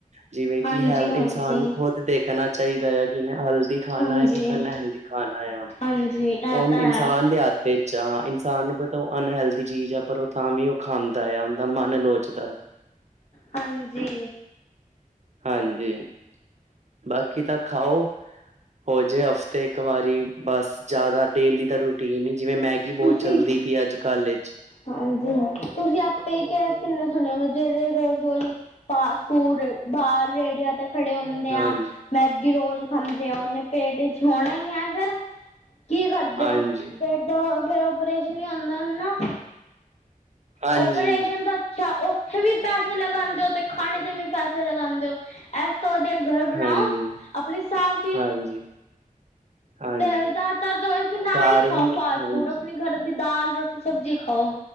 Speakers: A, on the right; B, on the left.
A: ਜਿਵੇਂ
B: ਹਾਂਜੀ
A: ਕਿ ਹੈਲ
B: ਹਾਂਜੀ
A: ਇਨਸਾਨ ਨੂੰ ਖੁਦ ਦੇਖਣਾ ਚਾਈਦਾ ਐ ਕੀ ਏਨੇ ਹੈਲਦੀ- ਖਾਨਾ
B: ਹਾਂਜੀ
A: ਏ ਕੀ ਅਨਹੈਲਦੀ ਖਾਨਾ ਆ।
B: ਹਾਂਜੀ ਇਹ
A: ਓ
B: ਤਾਂ
A: ਇਨਸਾਨ
B: ਹੈ
A: ਦੇ ਹਥ ਇਚ ਆ। ਇਨ- ਸਾਨ ਪਤਾ ਓ ਅਨਹੈਲਦੀ ਚੀਜ਼ ਆ, ਪਰ ਓ ਤਾਂ ਵੀ ਓ ਖਾਂਦਾ ਆ। ਓਦਾ ਮਨ ਲੋਚਦਾ ਆ।
B: ਹਾਂਜੀ
A: ਹਾਂਜੀ- ਬਾਕੀ ਤਾਂ ਖਾਓ ਹੋ ਜੇ ਹਫ- ਤੇ ਇੱਕ ਵਾਰੀ ਬਸ ਜਾਦਾ ਡੇਲੀ ਦਾ ਰੂਟੀਨ ਈ ਜਿਵੇਂ ਮੈਗੀ
B: ਤੁਸੀਂ
A: ਬੋਤ ਚੱਲਦੀ ਪਈ ਅੱਜ ਕੱਲ੍ਹ।
B: ਹਾਂਜੀ ਹਾਂ ਤੁਸੀਂ ਆਪੇ ਕਿਆ ਕਿੰਨੇ ਸੁਣਿਆ ਹੋਗੇ ਜੇੜੇ ਰੋਜ਼ ਰੋਜ਼- ਫਾਸਟ ਫੂਡ ਬਾਰ ਰੇੜੀਆਂ ਤੇ- ਖੜੇ ਹੁੰਦੇ
A: ਹਾਂਜੀ,
B: ਆਂ ਮੈਗੀ ਰੋਜ਼ ਖਾਂਦੇਓ। ਓਨੇ ਪੇਟ ਵਿੱਚ ਹੋਣਾ ਈ ਆ ਫੇਰ। ਕੀ ਕਰਦੇ
A: ਹਾਂਜੀ,
B: ਓ। ਪੇਟ ਦਾ ਓ ਫੇਰ ਓਪਰੇਸ਼ਨ ਈ ਹੁੰਦਾ ਨਾ।
A: ਹਾਂਜੀ,
B: ਓਪਰੇਸ਼ਨ ਦਾ- ਅਛਾ ਓਥੇ ਵੀ ਪੈਸੇ ਲਗਾਂਦੇ ਓ ਤੇ ਖਾਣੇ ਤੇ ਵੀ ਪੈਸੇ ਲਗਾਂਦੇ ਓ। ਐਸ- ਤੋਂ ਵਧੀਆ ਡਰ
A: ਹਾਂਜੀ,
B: ਬਣਾਓ। ਆਪਣੇ ਸਾਫ-
A: ਹਾਂਜੀ ਹਾਂਜੀ।
B: ਤੇ ਜ਼ਿਆਦਾਤਰ ਤੋਂ ਏ ਕੀ ਨਾ
A: ਘਰ
B: ਈ ਖਾਓ
A: ਵੀ
B: ਫਾਸਟ
A: ਹਾਂਜੀ,
B: ਫੂਡ। ਆਪਣੇ ਗਰ ਦੀ ਦਾਲ, ਰੋਟੀ, ਸਬਜ਼ੀ ਖਾਓ।